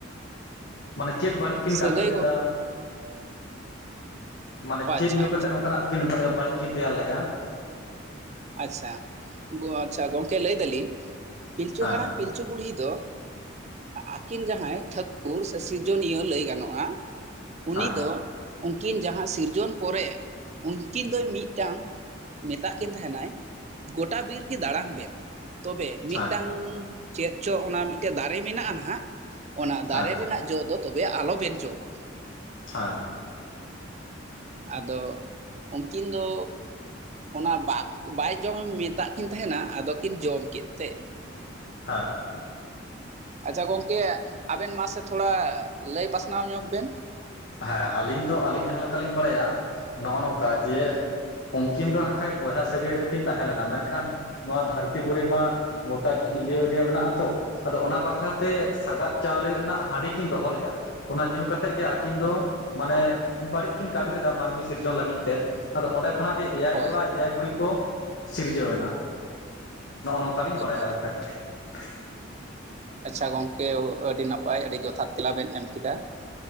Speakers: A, on the left; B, on the right.
A: ᱢᱟᱱᱮ ᱪᱮᱫ ᱵᱟᱹᱲᱤᱡ ᱠᱤᱱ
B: ᱥᱟᱹᱜᱟᱹᱭ
A: ᱠᱟᱹᱢᱤ ᱞᱮᱫᱟ
B: ᱜᱚ
A: ᱢᱟᱱᱮ ᱪᱮᱫ
B: ᱟᱪᱪᱷᱟ
A: ᱧᱩ
B: ᱟᱪᱪᱷᱟ
A: ᱠᱟᱛᱮᱫ ᱱᱚᱝᱠᱟᱱᱟᱜ ᱠᱤᱱ ᱵᱟᱹᱲᱤᱡ ᱠᱤᱱ ᱛᱮᱭᱟᱨ ᱞᱮᱫᱜ-ᱟ
B: ᱟᱪᱪᱷᱟ ᱜᱳ ᱟᱪᱪᱷᱟ ᱜᱚᱝᱠᱮ ᱞᱟᱹᱭ ᱫᱟᱞᱤᱧ ᱯᱤᱞᱪᱩ
A: ᱦᱮᱸ
B: ᱦᱟᱲᱟᱢ ᱯᱤᱞᱪᱩ ᱵᱩᱲᱦᱤ ᱫᱚ ᱟᱹᱠᱤᱱ ᱡᱟᱦᱟᱸᱭ ᱴᱷᱟᱹᱠᱩᱨ ᱥᱮ ᱥᱤᱨᱡᱚᱱᱤᱭᱟᱹ ᱞᱟᱹᱭ ᱜᱟᱱᱚᱜ-ᱟ ᱩ
A: ᱦᱮᱸ
B: ᱱᱤ ᱫᱚ ᱩᱱᱠᱤᱱ ᱡᱟᱦᱟᱸ ᱥᱤᱨᱡᱚᱱ ᱯᱚᱨᱮ ᱩᱱᱠᱤᱱ ᱫᱚᱭ ᱢᱤᱫᱴᱟᱝ ᱢᱮᱛᱟᱜ ᱠᱤᱱ ᱫᱚ ᱛᱟᱦᱮᱱᱟᱭ ᱜᱳᱴᱟ ᱵᱤᱨ ᱜᱮ ᱫᱟᱬᱟᱱ ᱵᱮᱱ ᱛᱚᱵᱮ ᱢᱤᱫᱴᱟᱝ
A: ᱦᱮᱸ
B: ᱪᱮᱫ ᱪᱚ ᱚᱱᱟ ᱢᱤᱫᱴᱮᱡ ᱫᱟᱨᱮ ᱢᱮᱱᱟᱜ-ᱟ ᱟᱱᱦᱟᱜ ᱚᱱᱟ ᱫᱟᱨᱮ
A: ᱦᱮᱸ
B: ᱨᱮᱱᱟᱜ ᱡᱚ ᱫᱚ ᱛᱚᱵᱮ ᱟᱞᱚᱵᱤᱱ ᱡᱚᱢᱟ
A: ᱦᱟᱸ
B: ᱟᱫᱚ ᱩᱱᱠᱤᱱ ᱫᱚ ᱚᱱᱟ ᱵᱟᱠ ᱵᱟᱭ ᱡᱚᱢ ᱢᱮᱛᱟᱜ ᱠᱤᱱ ᱛᱟᱦᱮᱱᱟ ᱟᱫᱚ ᱠᱤᱱ ᱡᱚᱢ ᱠᱮᱫ ᱛᱮ
A: ᱦᱟᱸ
B: ᱟᱪᱪᱷᱟ ᱜᱚᱝᱠᱮ ᱟᱵᱮᱱ ᱢᱟᱥᱮ ᱛᱷᱳᱲᱟ ᱞᱟᱹᱭ ᱯᱟᱥᱱᱟᱣ ᱧᱚᱜ ᱵᱮᱱ
A: ᱦᱮᱸ ᱟᱹᱞᱤᱧ ᱫᱚ ᱟᱹᱞᱤᱧ ᱡᱟᱦᱟᱸ ᱞᱮᱠᱟ ᱞᱤᱧ ᱵᱟᱲᱟᱭᱟ ᱱᱚᱜ-ᱚ ᱱᱚᱝᱠᱟ ᱡᱮ ᱩᱱᱠᱤᱱ ᱫᱚ ᱟᱠᱷᱟᱡ ᱵᱚᱭᱦᱟ ᱥᱟᱹᱜᱟᱹᱭ ᱨᱮᱠᱤᱱ ᱛᱟᱦᱮᱸ ᱞᱮᱱᱟ ᱢᱮᱱᱠᱷᱟᱱ ᱱᱚᱣᱟ ᱫᱷᱟᱹᱨᱛᱤ ᱯᱩᱨᱤ ᱢᱟ ᱜᱚᱴᱟ ᱤᱭᱚ ᱜᱮ ᱢᱮᱱᱟᱜ ᱟᱛᱚ ᱟᱫᱚ ᱚᱱᱟ ᱵᱟᱠᱷᱨᱟᱛᱮ ᱥᱟᱜᱟᱫ ᱪᱟᱣᱞᱮ ᱨᱮᱱᱟᱜ ᱦᱟᱺᱰᱤ ᱠᱤᱱ ᱫᱚᱦᱚ ᱞᱮᱫ-ᱟ ᱚᱱᱟ ᱧᱩ ᱠᱟᱛᱮ ᱜᱮ ᱟᱹᱠᱤᱱ ᱫᱚ
B: ᱦᱳᱭ
A: ᱢᱟᱱᱮ ᱵᱟᱹᱲᱤᱡ ᱠᱤᱱ ᱠᱟᱹᱢᱤ ᱞᱮᱫᱟ ᱢᱟᱹᱱᱢᱤ ᱥᱤᱨᱡᱚᱱ ᱞᱟᱹᱜᱤᱫ ᱛᱮ ᱟᱫᱚ ᱚᱸᱰᱮ ᱠᱷᱚᱱᱟᱜ ᱜᱮ ᱮᱭᱟᱭ
B: ᱦᱳᱭ
A: ᱠᱚᱲᱟ ᱮᱭᱟᱭ ᱠᱩᱲᱤ ᱠᱚ ᱥᱤᱨᱡᱟᱹᱣ ᱮᱱᱟ ᱱᱚᱜᱼᱚ ᱱᱚᱝᱠᱟ ᱞᱤᱧ ᱵᱟᱲᱟᱭᱟ
B: ᱦᱳᱭ
A: <unintelligible>
B: ᱟᱪᱪᱷᱟ ᱜᱚᱢᱠᱮ ᱟᱹᱰᱤ ᱱᱟᱯᱟᱭ ᱟᱹᱰᱤ ᱡᱚᱛᱷᱟᱛ ᱛᱮᱞᱟ ᱵᱮᱱ ᱮᱢ ᱠᱮᱫᱟ